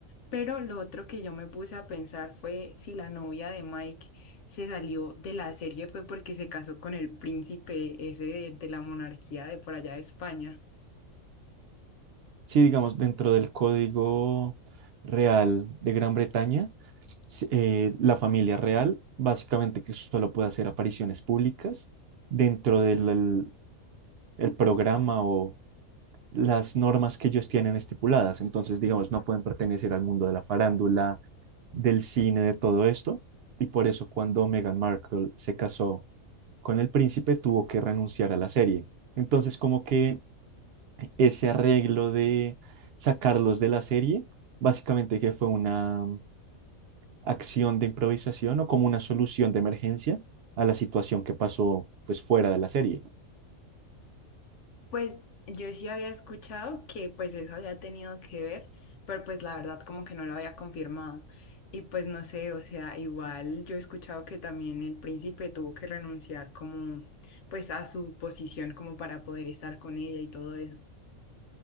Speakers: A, on the left; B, on the right.
A: pero lo otro que yo me puse a pensar fue si la novia de Mike se salió de la serie fue porque se casó con el príncipe ese de, de la monarquía de por allá de España.
B: Sí, digamos, dentro del código real de Gran Bretaña, s- eh, la familia real básicamente que solo puede hacer apariciones públicas dentro del el- el programa o las normas que ellos tienen estipuladas. Entonces, digamos, no pueden pertenecer al mundo de la farándula, del cine, de todo esto. Y por eso cuando Meghan Markle se casó con el príncipe, tuvo que renunciar a la serie. Entonces, como que ese arreglo de sacarlos de la serie, básicamente que fue una acción de improvisación o como una solución de emergencia a la situación que pasó pues fuera de la serie.
A: Pues yo sí había escuchado que pues eso había tenido que ver, pero pues la verdad como que no lo había confirmado. Y pues no sé, o sea, igual yo he escuchado que también el príncipe tuvo que renunciar como pues a su posición como para poder estar con ella y todo eso.